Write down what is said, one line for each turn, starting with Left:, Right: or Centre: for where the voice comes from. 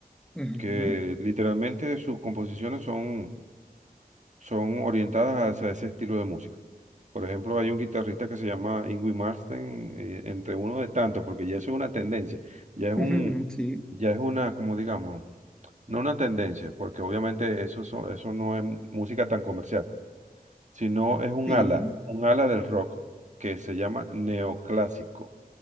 Centre: Ujú.
Right: que literalmente sus composiciones son, son orientadas hacia ese estilo de música. Por ejemplo, hay un guitarrista que se llama Ingui Martin, eh, entre uno de tantos, porque ya eso es una tendencia, ya es un,
Centre: <laughs> Sí,
Right: ya es una, como digamos, no una tendencia, porque obviamente eso, son- eso no es música tan comercial, sino es un
Centre: sí,
Right: ala, un ala del rock que se llama neoclásico.